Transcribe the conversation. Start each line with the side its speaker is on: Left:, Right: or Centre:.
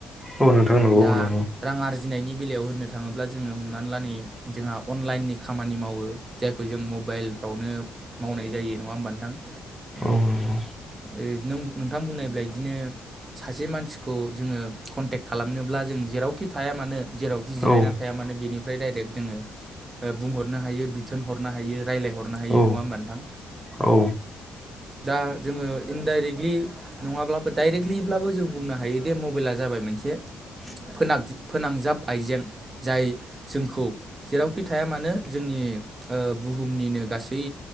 Centre: औ नोंथां नंगौ
Right: दा
Centre: औ नंगौ
Right: रां आरजिनायनि बेलायाव होननो थाङोब्ला जोङो हमनानै लानो नै जोंहा अनलाइननि खामा नि मावो जायखौ जों मबाइलफ्रावनो मावनाय जायो नङा होमबा नोंथां?
Centre: औ नोंगौ
Right: ओ नों नोंथां बुंनाय ब्लायदिनो सासे मानसिखौ जोङो कन्टेक खालामनोब्ला जों जेरावखि थाया मानो जेरावखि जिरायना
Centre: औ
Right: थाया मानो बेनिफ्राय डाइरेक्ट जोङो ओ बुंहरनो हायो बिथोन हरनो हायो रायलायहरनो हायो
Centre: औ
Right: नङा होमबा नोंथां?
Centre: औ
Right: दा जोङो इनडाइरेक्टलि नङाब्लाबो डाइरेक्टलिब्लाबो जों बुंनो हायोदि मबेला जाबाय मोनसे
Centre: लांदां
Right: फोनां फोनांजाब आइजें जाय जोंखौ जेरावखि थाया मानो जोंनि ओ बुहुमनिनो गासै